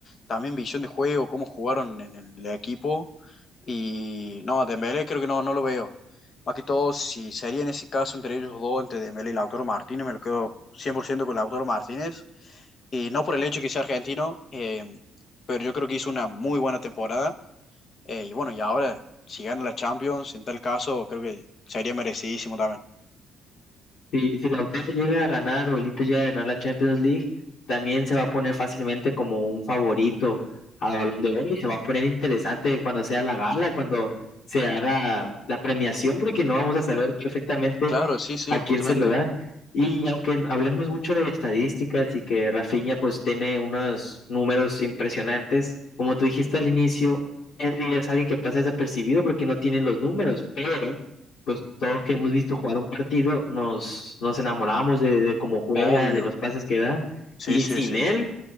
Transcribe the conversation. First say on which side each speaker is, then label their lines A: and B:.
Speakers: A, on the left (about 40°); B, on the left (about 70°).
A: también visión de juego, cómo jugaron en el equipo. Y no, a Dembélé creo que no, no lo veo. Más que todo, si sería en ese caso entre ellos dos, entre Dembélé y Lautaro Martínez, me lo quedo 100% con Lautaro Martínez. Y no por el hecho de que sea argentino, eh, pero yo creo que hizo una muy buena temporada eh, y bueno, y ahora, si gana la Champions, en tal caso, creo que sería merecidísimo también.
B: Si, si Lautaro llega a ganar o el Inter llega a ganar la Champions League, también se va a poner fácilmente como un favorito al Balón de Oro y se va a poner interesante cuando sea la gala, cuando se haga la premiación, porque no vamos a saber perfectamente
A: Claro, sí, sí,
B: a
A: justamente.
B: quién se lo dan. Y aunque hablemos mucho de estadísticas y que Rafinha pues tiene unos números impresionantes, como tú dijiste al inicio, Henry es alguien que pasa desapercibido porque no tiene los números, pero pues todos que hemos visto jugar un partido, nos, nos enamoramos de, de cómo juega,
A: Obvio.
B: de los pases que da,
A: Sí,
B: y
A: sí,
B: sin
A: sí.
B: él,